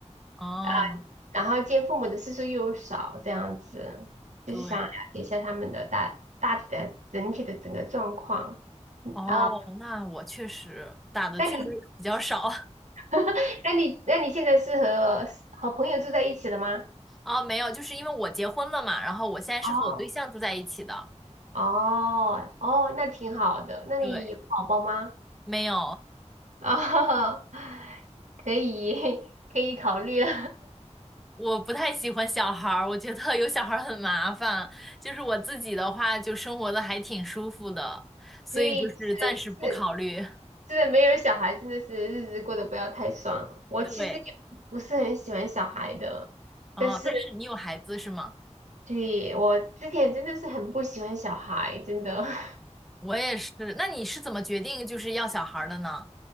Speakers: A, in the centre; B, on the right (about 80°).
A: 哦，
B: 啊、然后见父母的次数又少，这样子，就是想了解一下他们的大大体的整体的整个状况。
A: 对，
B: 嗯啊、
A: 哦，那我确实打的确实比较少，
B: 那你
A: <laughs>
B: <laughs> 那你那你现在是和和朋友住在一起了吗？
A: 哦，没有，就是因为我结婚了嘛，然后我现在是和我对象住在一起的。
B: 哦哦哦，那挺好的。那你有宝宝吗？
A: 对，没有，
B: 哦，<laughs> 可以 <laughs> 可以考虑了。
A: 我不太喜欢小孩儿，我觉得有小孩儿很麻烦。就是我自己的话，就生活的还挺舒服的，
B: <laughs>
A: 所以就是暂时不考虑。
B: 所以是是。真的没有小孩，真的是日子过得不要太爽了。我其实也不是很喜欢小孩的，
A: 对，哦，
B: 但是
A: 但是你有孩子是吗？
B: 对我之前真的是很不喜欢小孩，真的，<laughs>
A: 我也是。那你是怎么决定就是要小孩儿的呢？